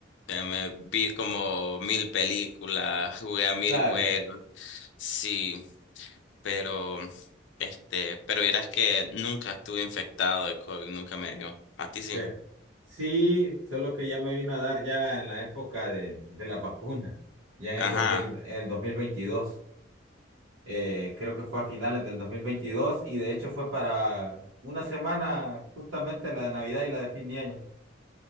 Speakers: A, on the left; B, on the right.
A: eh, me vi como mil películas, jugué a mil
B: Claro,
A: juegos, sí, pero este, pero vieras que nunca estuve infectado de COVID, nunca me dio. A ti sí.
B: que sí, solo que ya me vino a dar ya en la época de, de las vacunas, ya en
A: Ajá.
B: el dos mil, en el 2022. Eh, creo que fue a finales del 2022 y de hecho fue para una semana justamente la de Navidad y la de fin de año.